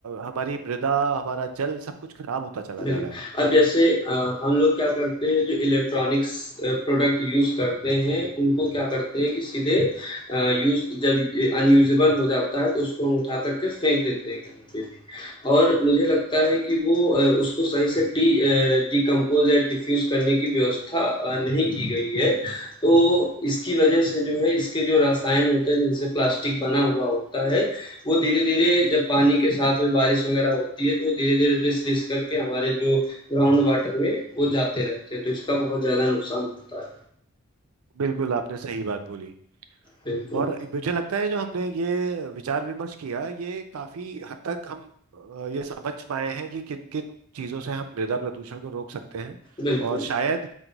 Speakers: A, on the right; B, on the left.
A: हमारी मृदा हमारा जल सब कुछ खराब होता चला
B: बिल्कुल।
A: जा रहा है
B: अब जैसे अ, हम लोग क्या करते हैं जो इलेक्ट्रॉनिक्स अ, प्रोडक्ट यूज़ करते हैं, उनको क्या करते हैं कि सीधे अ, यूज़ जब ये अनयूज़ेबल हो जाता है तो उसको हम उठा कर के फेंक देते हैं कहीं पे भी। और
A: हम्म
B: मुझे लगता
A: हम्म।
B: है कि वो अ, उसको सही से डी अ, डिकम्पोज़ या डिफ्यूज़ करने की व्यवस्था अ, नहीं की गई है। तो इसकी वज़ह से जो है इसके जो रसायन होते हैं जिनसे प्लास्टिक बना हुआ होता है, वो धीरे-धीरे जब पानी के साथ में बारिश वग़ैरह होती है, तो वो धीरे-धीरे रिस-रिस करके हमारे जो ग्राउंड वाटर में वो जाते रहते हैं, तो इसका बहुत ज़्यादा नुकसान होता है।
A: बिल्कुल आपने सही बात बोली
B: बिल्कुल,
A: और मुझे लगता है जो हमने ये विचार विमर्श किया ये काफी हद तक हम अ, ये समझ पाए हैं कि किन किन चीजों से हम मृदा प्रदूषण को रोक सकते हैं
B: बिल्कुल,
A: और शायद